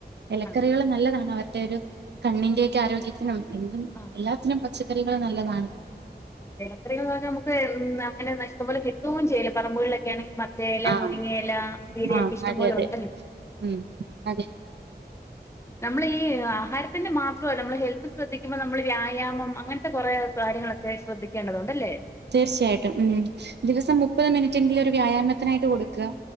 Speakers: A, on the right (about 80°); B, on the left (about 15°).
A: ഇലക്കറികൾ
B: ആഹ്
A: നല്ലതാണ് അവർ- മറ്റേരു കണ്ണിന്റൊക്കെ ആരോഗ്യത്തിനും എന്തും
B: ആഹ്
A: എല്ലാത്തിനും പച്ചക്കറികള് നല്ലതാണ്.
B: ഇലക്കറി മ്മക്ക് അങ്ങനെ ഇഷ്ടം പോലെ കിട്ടേം ചെയ്യില്ല പറമ്പികളിലൊക്കെ മത്തയെല
A: ആഹ്
B: മുരിങ്ങല ചീരയൊക്കെ
A: ആഹ്
B: ഇഷ്ടം
A: അതെ
B: പോലെ
A: അതെ
B: ഒണ്ടല്ലൊ
A: ഉം അതെ
B: നമ്മൾ ഈ ആഹാര- ത്തി മാത്രമല്ല നമ്മൾ ഹെൽത്ത് ശ്രദ്ിക്കുമ്പൾ നമ്മൾ വ്യായാമം അങ്ങനെ കുറേ കാര്യങ്ങളൊക്കെ പഠിക്കേണ്ടതുണ്ടല്ലേ
A: തീർച്ചയായിട്ടും ഉ ദിവസം മുപ്പത് മിനിറ്റെങ്കിലും ഒരു വ്യായാമത്തിനായിട്ട് കൊടുക്ക ക്ക